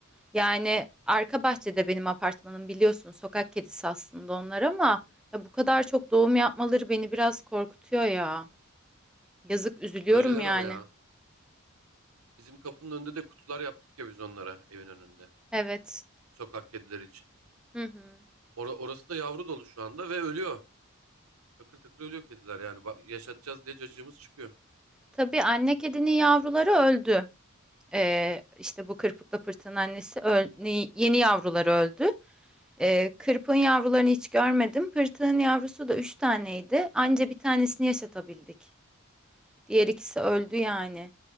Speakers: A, in the centre; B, on the right (about 80°).
A: Yani arka bahçede benim apartmanım biliyorsun sokak kedisi aslında onlar ama ya bu kadar çok doğum yapmaları beni biraz korkutuyor ya. Yazık üzülüyorum
B: Öyleler
A: yani.
B: ama ya. Bizim kapının önünde de kutular yaptık ya biz onlara evin önünde.
A: Evet.
B: Sokak kedileri için.
A: Hı hı.
B: Ora- orası da yavru dolu şu anda ve ölüyor. Takır takır ölüyor kediler yani. Bak, yaşatacağız diye cacığımız çıkıyor.
A: Tabii anne kedinin yavruları öldü. Ee, işte bu kırpıkla pırtığın annesi öl- ni- yeni yavruları öldü. Ee, kırpığın yavrularını hiç görmedim. Pırtığın yavrusu da üç taneydi. Anca bir tanesini yaşatabildik. Diğer ikisi öldü
B: Hmm.
A: yani.